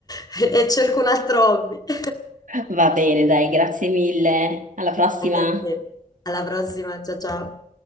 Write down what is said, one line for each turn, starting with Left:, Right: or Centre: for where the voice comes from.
Left: <laughs> e cerco un altro hobby. <laughs>
Right: Va bene, dai, grazie mille. Alla prossima.
Left: Anche a te. Alla prossima, ciao ciao.